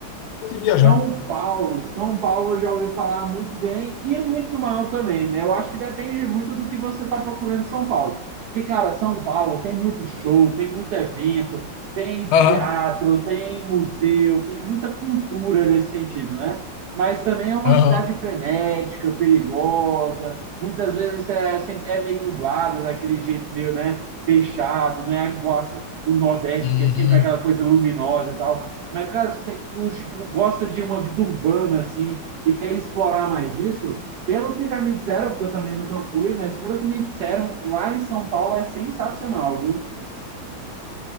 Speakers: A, on the left (about 85°); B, on the right (about 85°).
A: pouco de viajar.
B: são Paulo, São Paulo eu já ouvi falar muito bem e muito mal também, né? Eu acho que depende muito do que você está procurando em São Paulo. Porque, cara, São Paulo tem muito show, tem muito evento, tem
A: Aham,
B: teatro, tem museu, tem muita cultura nesse sentido, né? Mas também é uma
A: aham.
B: cidade frenética, perigosa, muitas vezes é, sempre- é meio nublada, daquele jeito meio, né? Fechado, não é igual a- o Nordeste,
A: Hum.
B: que é sempre aquela coisa luminosa e tal. Mas, cara, se você curte, gosta de uma vida urbana, assim, e quer explorar mais disso, pelo que já me disseram, porque eu também nunca fui, mas pelo que me disseram, lá em São Paulo é sensacional, viu?